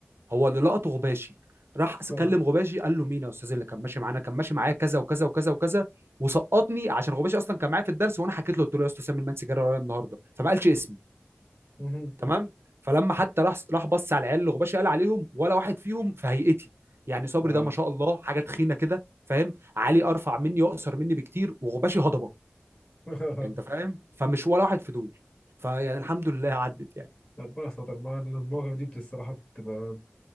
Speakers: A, on the right; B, on the left.
A: هو اللي لقطه غباشي راح س-
B: آه.
A: كلم غباشي قال له مين يا استاذ اللي كان ماشي معانا كان ماشي معايا كذا وكذا وكذا وكذا وسقطني عشان غباشي اصلا كان معايا في الدرس وانا حكيت له قلت له يا استاذ سامي المان سجاره ورايا النهارده فما قالش اسمي
B: مهم.
A: تمام فلما حتى راح راح بص على العيال اللي غباشي قال عليهم ولا واحد فيهم في هيئتي يعني صبري
B: اه
A: ده ما شاء الله حاجه تخينه كده فاهم علي ارفع مني واقصر مني بكتير وغباشي هضبه
B: <laughs>
A: انت فاهم فمش ولا واحد في دول فيعني الحمد لله عدت يعني
B: ربنا ستر ما <laughs> المواقف دي بت- الصراحه بتبقى